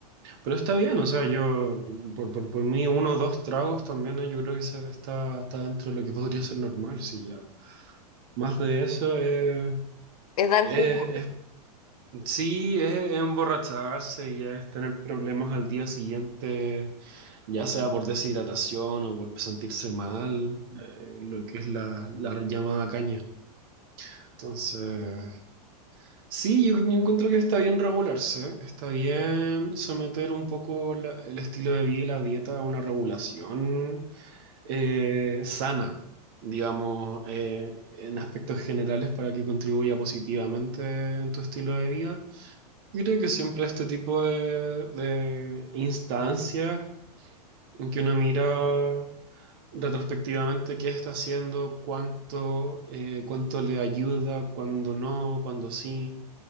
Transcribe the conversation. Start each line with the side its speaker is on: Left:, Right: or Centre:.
Right: pero está bien, o sea, yo, por, por, por mí, uno o dos tragos también, eh, yo creo que se- está, está dentro de lo que podría ser normal, sí, ya. Más de eso es,
Left: Es dar
Right: es-
Left: jugo.
Right: es- sí, es, es emborracharse y es tener problemas al día siguiente, ya sea por deshidratación o por sentirse mal, eh, lo que es la, la llamada caña. Entonces, sí, yo, yo encuentro que está bien regularse, está bien someter un poco la- el estilo de vida y la dieta a una regulación eh, sana, digamos, eh, en aspectos generales para que contribuya positivamente en tu estilo de vida. Y creo que siempre este tipo de, de instancias en que uno mira retrospectivamente qué está haciendo, cuánto, eh, cuánto le ayuda, cuándo no, cuándo sí,